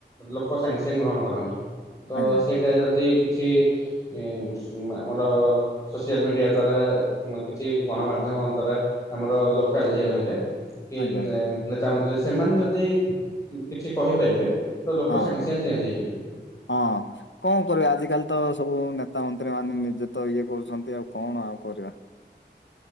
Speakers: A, on the left; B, on the left.
A: ଲୋକ ସାଙ୍ଗ୍ ସାଙ୍ଗେ ଗ୍ରହଣ କରନ୍ତି, ତ
B: ଆଜ୍ଞା ଆଜ୍ଞା ହଁ ହଁ ହଁ ଆଜ୍ଞା ଆଜ୍ଞା
A: ସେଇଟା ଯଦି ଛି, ଇଁମ୍ସ, ଆମର ସୋସିଆଲ୍ ମିଡିଆ ଦ୍ଵାରା କିଛି ଗଣମାଧ୍ୟମ୍ ଅନ୍ତରା ଆମର ଲୋକ୍ କାଲ୍ ଯିଏ ରହଲେ କିନେନ୍
B: ଆଜ୍ଞା ଆଜ୍ଞା
A: ନେତା ମନ୍ତ ସେମାନେ ଯଦି କିଛି କହିପାରିବେ, ତ ଲୋକ
B: ହଁ
A: ସାଙ୍ଗେ
B: ହଁ
A: ସାଙ୍ଗେ ଚେନ୍ଜ୍ ହେଇଯିବେ।
B: ହଁ, ମ୍ପସ୍। କଁ କରିବା? ଆଜିକାଲି ତ ସବୁ ନେତାମନ୍ତ୍ରୀ ମାନେ ନିଜେ ତ ଇଏ କରୁଛନ୍ତି, ଆଉ କଣ ଆଉ କରିବା?